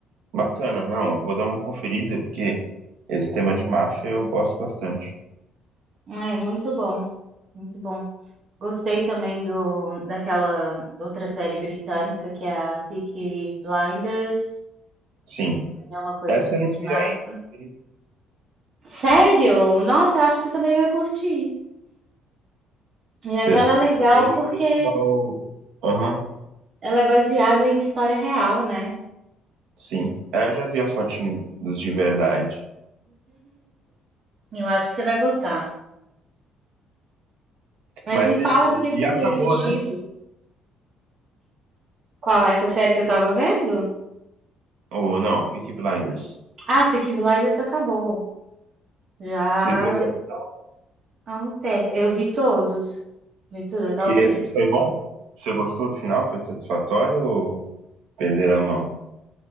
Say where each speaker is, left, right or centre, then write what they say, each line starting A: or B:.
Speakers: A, on the right (about 80°); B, on the right (about 35°).
A: Bacana. Não, vou dar uma conferida, porque esse tema de máfia eu gosto bastante.
B: É muito bom, muito bom. Gostei também do, daquela outra série britânica que é a Peaky Blinders,
A: Sim.
B: é uma coisa
A: Essa
B: de
A: eu não vi
B: máfia.
A: ainda, você acredita?
B: Sério? Nossa, eu acho que você também vai curtir. E aquela
A: Eu só
B: é legal
A: vejo
B: porque
A: o pessoal. Aham,
B: ela é baseada em história real, né?
A: sim. É, Eu já vi a fotinho dos de verdade.
B: E Eu acho que você vai gostar. Mas
A: Mas
B: me fala
A: ele.
B: o que que
A: E
B: você
A: acabou,
B: tem assistido.
A: né?
B: Qual é essa série que eu tava vendo?
A: Ou não, Peaky Blinders.
B: Ah, Peaky Blinders acabou. Já
A: Você viu até o final?
B: há um tempo. Eu vi todos. Vi tudo até o
A: E ele-
B: fim.
A: foi bom? Você gostou do final? Foi satisfatório ou perder a mão?